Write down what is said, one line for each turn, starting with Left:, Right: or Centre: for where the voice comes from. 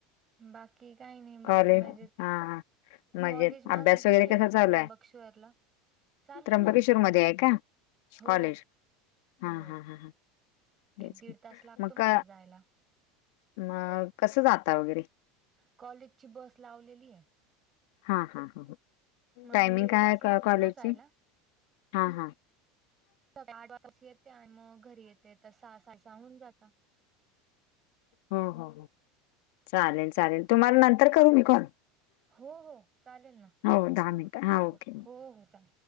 Right: बाकी काही नाही बाकी
Left: कॉलेज
Right: मजेत.
Left: हा हा. म्हणजे
Right: कॉलेज माझं
Left: अभ्यास
Right: इकडे
Left: वगैरे
Right: आहे
Left: कसा चालू
Right: त्र्यंबकेश्वरला
Left: आय?
Right: चालू
Left: त्र्यंबकेश्वर
Right: आहे ना
Left: मध्ये आहे का?
Right: हो
Left: कॉलेज.
Right: हो.
Left: हा हा ह. तेच
Right: एक दीड
Left: की.
Right: तास लागतो
Left: म
Right: मला
Left: क
Right: जायला
Left: मग कसं जाता वगैरे?
Right: कॉलेजची बस लावलेली आहे.
Left: हा हा ह
Right: मग
Left: टायमिंग
Right: दीड
Left: काय
Right: तास
Left: हाय
Right: लागतो
Left: का कॉलेजची
Right: ना जायला.
Left: हा हा.
Right: सकाळी <unintelligible> येते आणि मग घरी येते त सहा साडेसहा होऊन जाता.
Left: हो हो हो चालेल चालेल. तुम्हाला नंतर करू मी कॉल.
Right: हो हो चालेल ना.
Left: हो दहा मिनिटं हा ओके.
Right: हो हो चाल